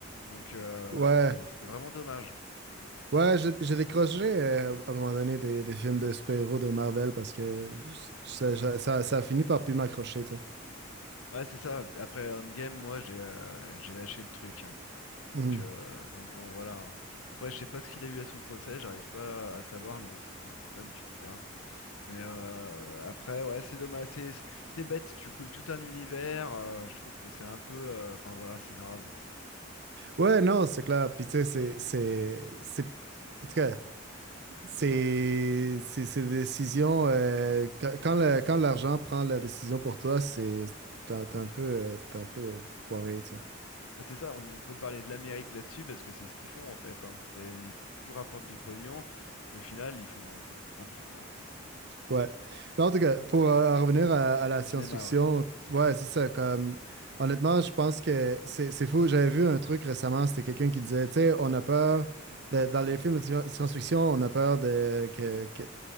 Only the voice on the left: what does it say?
Donc euh,
c'est c'est vraiment dommage.
Ouais, c'est ça. Après Endgame, moi j'ai euh, j'ai lâché le truc. hein.
Donc euh, donc bon voilà. hein. Après, je sais pas ce qu'il a eu à son procès, j'arrive pas à savoir, mais bon, c'est pas mon problème, tu me diras. Mais euh, après, ouais, c'est dommage, c'est c'est- c'est bête, tu coules tout un univers, euh, je trouve que c'est un peu, euh, enfin voilà, c'est naze.
Bah, c'est ça, on, on peut parler de l'Amérique là-dessus parce que c'est ce qu'ils font en fait, hein. C'est, il faut que tout rapporte du pognon, puis au final, ils font, ils font n'importe quoi. Enfin,
au cinéma,
ouais,